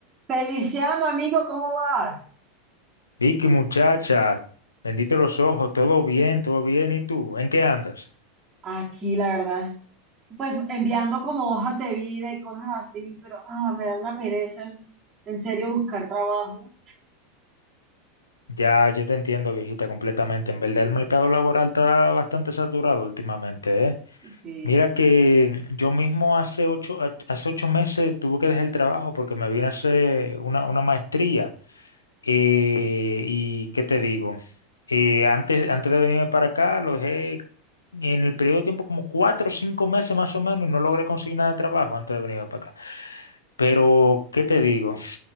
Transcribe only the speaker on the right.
Feliciano, amigo, ¿cómo vas?
Aquí, la verdad, pues enviando como hojas de vida y cosas así, pero ah, me da una pereza en, en serio buscar trabajo.
Sí.